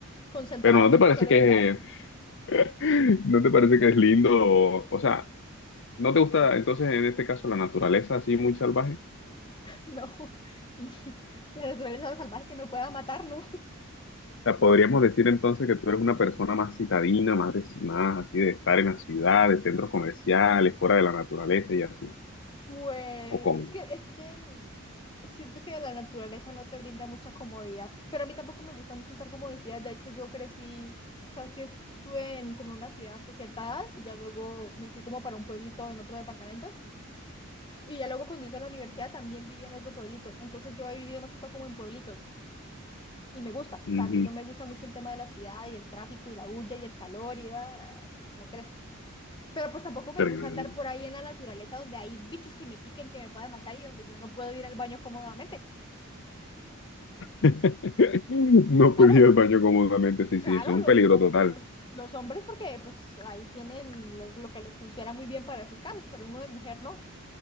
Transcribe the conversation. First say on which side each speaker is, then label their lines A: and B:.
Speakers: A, on the left; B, on the left.
A: concentrados
B: Pero ¿no te
A: en
B: parece
A: un solo
B: que,
A: lugar.
B: <laughs> no te parece que es lindo? O, o sea, ¿no te gusta entonces en este caso la naturaleza así muy salvaje?
A: No, <laughs> la naturaleza salvaje que me pueda matar, ¿no? <laughs>
B: sea, podríamos decir entonces que tú eres una persona más citadina, más, de- más así de estar en la ciudad, de centros comerciales, fuera de la naturaleza y así.
A: Pues
B: ¿O cómo?
A: es que, es que mm, siento que la naturaleza no te brinda mucha comodidad, pero a mí tampoco me gusta mucho estar como en ciudades. De hecho, yo crecí, o sea, sí estuve en como una ciudad hasta cierta edad y ya luego me fui como para un pueblito en otro departamento. Y ya luego cuando hice la universidad también vivía en otro pueblito. Entonces yo he vivido más que todo como en pueblitos. Y me gusta,
B: Ujú,
A: o sea, a mí no me gusta mucho el tema de la ciudad y el tráfico y la bulla y el calor y ah, me estresa. Pero pues tampoco me
B: tremendo.
A: gusta andar por ahí en la naturaleza donde hay bichos que me piquen, que me puedan matar y donde yo no puedo ir al baño cómodamente.
B: <laughs> No
A: Claro,
B: podía ir al baño cómodamente, sí, sí,
A: claro,
B: eso es un
A: los,
B: peligro
A: los,
B: total.
A: los, los hombres porque pues ahí tienen lo, lo que les funciona muy bien para esos casos, pero uno de mujer no.